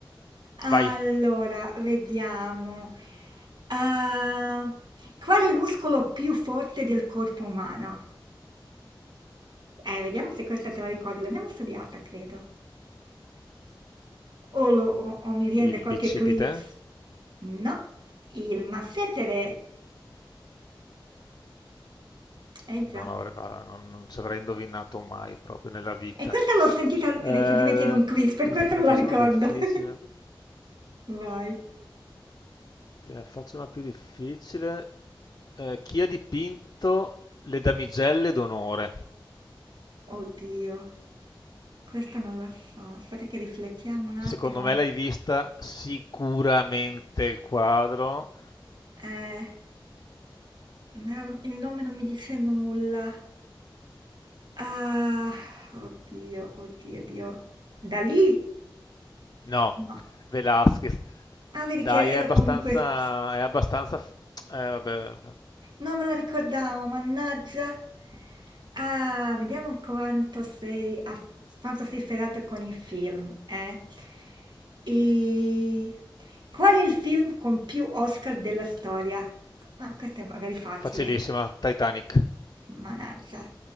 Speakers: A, on the right (about 60°); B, on the left (about 45°).
A: Allora,
B: Vai,
A: vediamo. Ah, qual è il muscolo più forte del corpo umano? Eh, vediamo se questa te la ricordi. L'abbiamo studiata, credo. O, lo- o- o mi viene
B: il
A: da qualche
B: bicipite.
A: quiz. No, il massetere. Eh già.
B: Non avrei, guarda, non, non ci avrei indovinato mai proprio nella vita.
A: E questa l'ho sentita
B: Eh,
A: recentemente in un quiz, per
B: questa
A: questo
B: te
A: me
B: ne faccio
A: la ricordo.
B: una difficile.
A: <laughs> Vai.
B: Te ne faccio una più difficile. Eh, chi ha dipinto le damigelle d'onore?
A: Oddio, questa non la so. Aspetta che riflettiamo un
B: Secondo
A: attimo.
B: me l'hai vista sicuramente il quadro.
A: Eh, no, il nome non mi dice nulla. Ah, oddio, oddio, oddio. Da lì?
B: No,
A: No.
B: Velázquez.
A: Ah, vedi
B: Dai,
A: che ero
B: è abbastanza,
A: comunque
B: è abbastanza, f- eh, vabbè,
A: Non me lo ricordavo, mannaggia. Ah, vediamo quanto sei, a- quanto sei ferrato con i film, eh? E... Qual è il film con più Oscar della storia? Ma questo è magari facile,
B: facilissima. Titanic.
A: mannaggia.